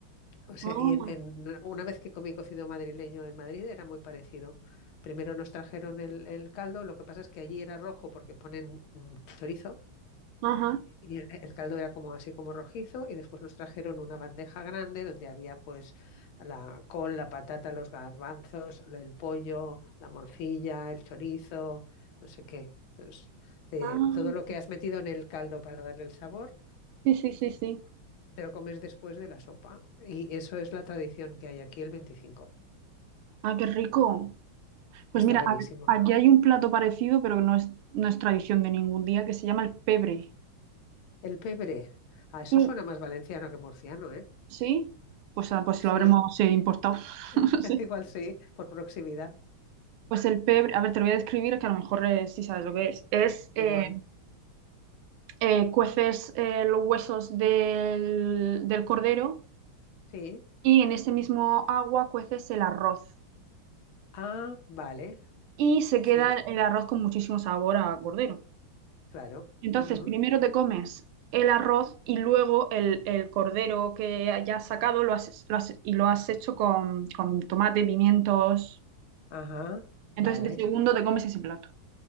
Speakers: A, on the left; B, on the right.
A: O sea,
B: ah,
A: y en, en- una vez que comí cocido madrileño en Madrid era muy parecido. Primero nos trajeron el, el caldo, lo que pasa es que allí era rojo porque ponen mm, chorizo
B: ajá,
A: y el, el caldo era como así como rojizo y después nos trajeron una bandeja grande donde había pues la col, la patata, los garbanzos, el pollo, la morcilla, el chorizo, no sé qué. Entonces, te-
B: ah.
A: todo lo que has metido en el caldo para darle el sabor,
B: Sí, sí, sí, sí.
A: te lo comes después de la sopa. Y eso es la tradición que hay aquí el veinticinco
B: Ah, qué rico. Pues
A: Está
B: mira,
A: buenísimo.
B: a- aquí hay un plato parecido, pero que no es, no es tradición de ningún día, que se llama el pebre.
A: El pebre. Ah, eso
B: ¿Tú-
A: suena más valenciano que murciano, ¿eh?
B: ¿Sí? Pues, ah, pues
A: Sí,
B: lo habremos eh, importado. <laughs>
A: <laughs> igual sí, por proximidad,
B: Pues el pebre, a ver, te lo voy a describir que a lo mejor eh, sí sabes lo que es. Es, eh,
A: igual.
B: eh, cueces eh, los huesos del, del cordero
A: Sí.
B: y en ese mismo agua cueces el arroz.
A: Ah, vale.
B: Y se
A: Sí,
B: queda el arroz con muchísimo sabor a cordero.
A: claro.
B: Entonces,
A: Ujú.
B: primero te comes el arroz y luego el, el cordero que hayas sacado lo has, lo has- y lo has hecho con, con tomate, pimientos.
A: Ajá,
B: Entonces,
A: vale,
B: de segundo te comes ese plato.